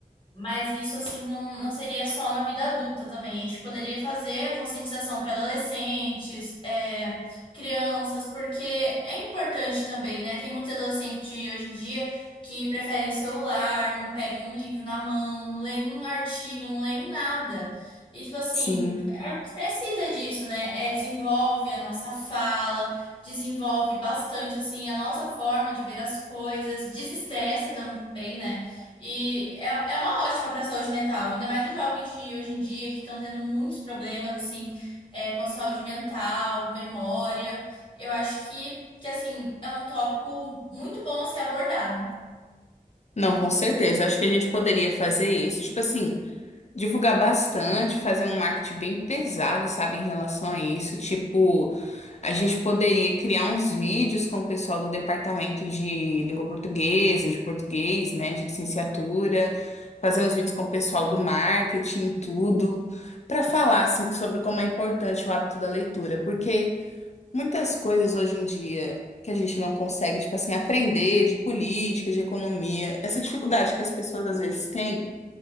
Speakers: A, on the left; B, on the left.
A: Mas isso, assim, não, não seria só na vida adulta também. A gente poderia fazer conscientização para adolescentes, é, crianças, porque é importante também, né? Tem muitos adolescentes de hoje em dia que preferem o celular, não pegam um livro na mão, não leem um artigo, não leem nada. E, tipo assim,
B: Sim.
A: a gente precisa disso, né? É, desenvolve a nossa fala, desenvolve bastante, assim, a nossa forma de ver as coisas, desestressa também, né? E é, é uma ótima para a saúde mental, ainda mais os jovens de hoje em dia que estão tendo muitos problemas assim é, com a saúde mental, memória. Eu acho que, que assim é um tópico muito bom a ser abordado.
B: Não, com certeza. Acho que a gente poderia fazer isso. Tipo assim. Divulgar bastante, fazer um marketing bem pesado, sabe, em relação a isso. Tipo, a gente poderia criar uns vídeos com o pessoal do departamento de língua portuguesa, de português, né, de licenciatura, fazer uns vídeos com o pessoal do marketing, tudo, para falar, assim, sobre como é importante o hábito da leitura. Porque muitas coisas hoje em dia que a gente não consegue, tipo assim, aprender de política, de economia, essa dificuldade que as pessoas às vezes têm